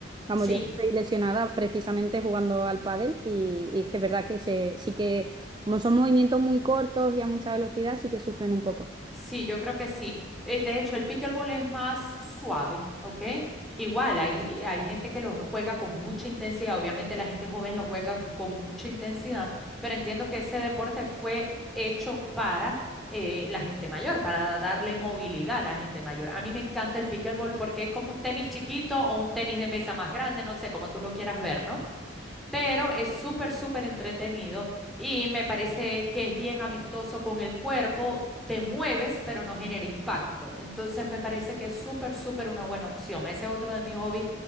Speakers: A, on the right; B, in the centre.
A: Vamos,
B: Sí,
A: yo estoy lesionada precisamente jugando al pádel y, y es que es verdad que se, sí que, como son movimientos muy cortos y a mucha velocidad, sí que sufren un poco.
B: Sí, yo creo que sí. Eh, De hecho, el pickleball es más suave, ¿ok? Igual, hay, hay gente que lo juega con mucha intensidad. Obviamente la gente joven lo juega mu- con mucha intensidad, pero entiendo que ese deporte fue hecho para eh, la gente mayor, para darle movilidad a la gente mayor. A mí me encanta el pickleball porque es como un tenis chiquito o un tenis de mesa más grande, no sé, como tú lo quieras ver, ¿no? pero es súper, súper entretenido y me parece que es bien amistoso con el cuerpo. Te mueves, pero no genera impacto. Entonces me parece que es súper, súper una buena opción. Ese es otro de mis hobbies